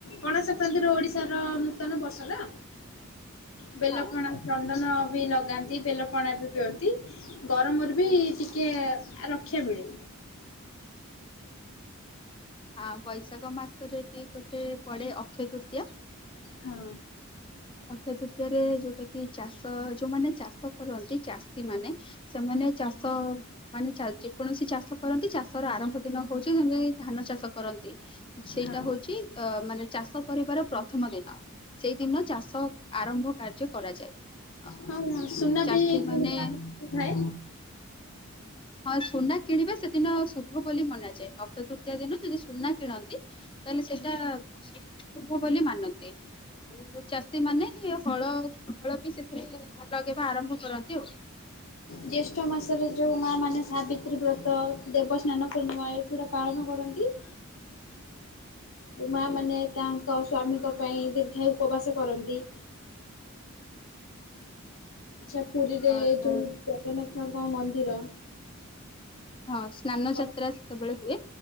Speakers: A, on the left; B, on the left.
A: ପଣା ସଂକ୍ରାନ୍ତିର ଓଡିଶାର ନୂତନ ବର୍ଷନା ବେଲ
B: ହଁ
A: ପଣା ଚନ୍ଦନବି ଲଗାନ୍ତି ବେଲ ପଣାବି ପିଅନ୍ତି। ଗରମରେବି ଟିକେ ରକ୍ଷା ମିଳେ।
B: ହଁ ବୈଶାଖ ମାସରେବି ଗୋଟେ ପଡ଼େ ଅକ୍ଷୟ ତୃତୀୟା
A: ହଁ
B: <unintelligible> ଯରେ ଯେଉଁଟାକି ଚାଷ ଯେଉଁମାନେ ଚାଷ କରନ୍ତି ଚାଷୀମାନେ ସେମାନେ ଚାଷ ମାନେ ଚା ଯେକୌଣସି ଚାଷ କରନ୍ତି ଚାଷର ଆରମ୍ଭ ଦିନ ହଉଚି ଯେମିତି ଧାନ ଚାଷ କରନ୍ତି। ସେଇଟା
A: ହଁ
B: ହଉଚି ଅ ମାନେ ଚାଷ କରିବାର ପ୍ରଥମ ଦିନ ସେଇଦିନ ଚାଷ ଆରମ୍ଭ କାର୍ଯ୍ୟ କରାଯାଏ। ଆଉ
A: ହଁ ସୁନାବି
B: ଚାଷୀ
A: <unintelligible>
B: ମାନେ
A: ଥାଏ।
B: ହଁ ସୁନା କିଣିବା ସେଦିନ ଶୁଭ ବୋଲି ମନାଯାଏ ଅକ୍ଷୟ ତୃତୀୟା ଦିନ ଯଦି ସୁନା କିଣନ୍ତି ତାହେଲେ ସେଟା ଶୁଭ ବୋଲି ମାନନ୍ତି। ଆଉ ଚାଷୀ ମାନ ହଳ ହଳବି ସେଥିରେ ଲଗେଇବା ଆରମ୍ଭ କରନ୍ତି ଆଉ।
A: ଜ୍ୟେଷ୍ଠ ମାସରେ ଯେଉଁ ମା ମାନ ସାବିତ୍ରୀ ବ୍ରତ ଦେବସ୍ନାନ ପୂର୍ଣ୍ଣିମା ଏଗୁଡ଼ା ପାଳନ କରନ୍ତି।
B: <inaudible>
A: ଏ ମା ମାନେ ତାଙ୍କ ସ୍ୱାମୀଙ୍କ ପାଇଁ ଦୀର୍ଘାୟୁ ଉପବାସ କରନ୍ତି। ଆଚ୍ଛା ପୁରୀରେ
B: ହଁ ତ
A: ଯୋଉ ଜଗନ୍ନାଥଙ୍କ ମନ୍ଦିର
B: ହଁ ସ୍ନାନ
A: ହଁ
B: ଯାତ୍ରା ସେତେବେଳେ ହୁଏ